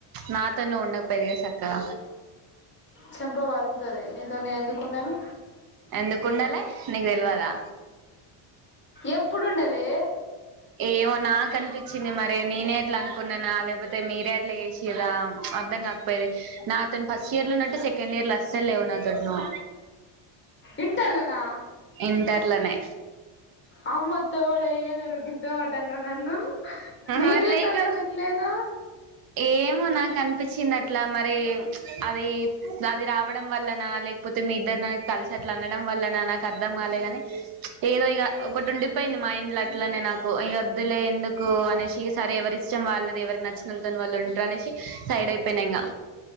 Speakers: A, on the right; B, on the left.
A: నాతో నువ్ ఉండకపోయేదిగా సక్కగా
B: చెంప పల్గుతది నీతో నేను ఎందుకుండను
A: ఎందుకుండలే నీగ్ తెల్వదా
B: ఎప్పుడుండలే
A: ఏమో నాక్ అనిపిచ్చింది మరి, నేనే ఎట్లా అనుకున్నానా లేక్పోతే మీరే అట్ అట్లా చేసిర్రా అర్థంకాకపోయేది, నాతోని ఫస్ట్ ఇయర్ లో ఉన్నట్టు సెక్ సెకండ్ ఇయర్ లో అస్సల్ లేవ్ నాతోటి నువ్
B: ఇంటర్లనా
A: ఇంటర్లనే
B: అమ్మతోడే ఏందే నువ్ గింత మాటన్నవ్ నన్ను, నేన్
A: మరి
B: నీతోన్
A: లేకు
B: ఎందుక్ లేను.
A: ఏమో నాక్ అనిపిచ్చింది అట్లా మరి, అది అది రావడం వల్లనా లేక్ పోతే మీ ఇద్దరు నా కలిసి అట్లా అనడం వల్లనా, నాక్ అర్థం కాలేగాని ఏదో ఇక ఒకట్ ఉండి పోయింది మైండ్ల అట్లనే నాకు ఇగ ఒద్దులే ఎందుకు అనే స్ ఇగ సరే ఎవరి ఇష్టం వాళ్ళది, ఎవరిక్ నచ్చినోళ్ తోన్ వాళ్ళు ఉంటార్ అనేసి, సైడ్ అయిపోయినా ఇంగా